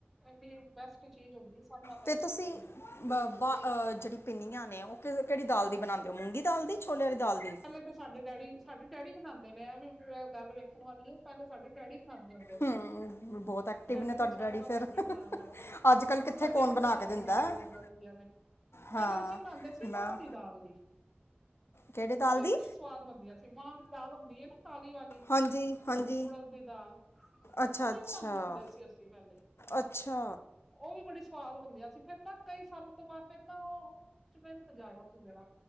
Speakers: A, in the centre; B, on the left.
A: ਇੰਨੀ ਬੈਸਟ ਇਕ ਚੀਜ਼ ਹੁੰਦੀ ਸਭ ਦਾ ਬੈਸਟ
B: ਤੇ ਤੁਸੀਂ
A: ਚੀਜ਼ ਹੁੰਦੀ ਹੈ
B: ਜਿਹੜੀ ਪਿੰਨੀਆਂ ਨੇ, ਉਹ ਕਿਹੜੀ ਦਾਲ ਦੀ ਬਣਾਉਦੇ ਹੋ ਮੂੰਗੀ ਦਾਲ ਦੀ ਛੋਲਿਆਂ ਵਾਲੀ ਦਾਲ ਦੀ
A: ਪਹਿਲੇ ਤਾਂ ਸਾਡੇ ਡੈਡੀ, ਸਾਡੇ ਡੈਡੀ ਬਨਾਉਂਦੇ ਨੇ ਵੀ ਗੱਲ ਵੇਖਣ ਵਾਲੀ ਹੈ ਪਹਿਲਾਂ ਸਾਡੇ ਡੈਡੀ ਬਣਾਉਦੇ ਹੁੰਦੇ
B: ਹੂੰ
A: ਸੀ
B: ਬਹੁਤ ਐਕਟਿਵ
A: ਡੈਡੀ
B: ਤੁਹਾਡੇ
A: ਨੇ ਛੱਡ ਤਾ
B: ਫਿਰ
A: ਮੰਮੀ ਬਣਾਉਣ ਲੱਗ ਗਏ
B: ਅੱਜ ਕੱਲ ਕਿੱਥੇ
A: ਹੁਣ ਸਾਡੀ
B: ਕੌਣ
A: ਭਰਜਾਈਆਂ
B: ਬਣਾ ਕੇ ਦਿੰਦਾ
A: ਵੀ ਨਾਲ
B: ਹੈ?
A: ਲੱਗ ਜਾਂਦੀਆਂ ਨੇ,
B: ਹਾਂ
A: ਪਹਿਲੇ ਅਸੀਂ ਬਣਾਉਂਦੇ ਸੀ
B: ਮੈਂ
A: ਮਾਂਹ ਦੀ ਦਾਲ ਦੀ
B: ਕਿਹੜੇ ਦਾਲ
A: ਉਹ ਵੀ
B: ਦੀ
A: ਬੜੀਆਂ ਸਵਾਦ ਬਣਦੀਆਂ ਸੀ, ਮਾਂਹ ਦੀ ਦਾਲ ਹੁੰਦੀ ਹੈ ਨਾ ਕਾਲੀ ਵਾਲੀ,
B: ਹਾਂਜੀ ਹਾਂਜੀ
A: ਉੜਦ ਦੀ ਦਾਲ
B: ਅੱਛਾ
A: ਉਹਦੀ
B: ਅੱਛਾ
A: ਬਣਾਉਂਦੇ ਹੁੰਦੇ ਸੀ ਅਸੀਂ ਪਹਿਲੇ
B: ਅੱਛਾ
A: ਉਹ ਵੀ ਬੜੀ ਸਵਾਦ ਹੁੰਦੀਆਂ ਸੀ ਫੇਰ ਨਾ ਕਈ ਸਾਲਾਂ ਤੋਂ ਬਾਅਦ ਫੇਰ ਨਾ ਉਹ ਉਹਨੂੰ 'ਚ ਮਿਹਨਤ ਸੀ ਜਿਆਦਾ ਜਰਾ